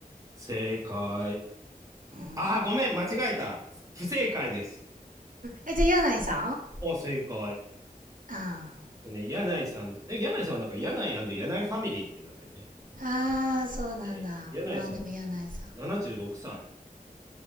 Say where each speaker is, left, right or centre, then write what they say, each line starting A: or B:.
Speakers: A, on the right (about 20°); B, on the right (about 65°).
A: 正解。
B: うん、
A: あー、ごめん、間違えた。不正解です。
B: え、じゃあ、柳井さん
A: お、正解。えっ
B: うん。
A: とね、柳井さん、で、柳井さんはなんか柳井柳井ファミリーってなってるね。
B: ああ、そうなんだ。
A: えー柳井さん、
B: まあでも柳井さん。
A: 76歳。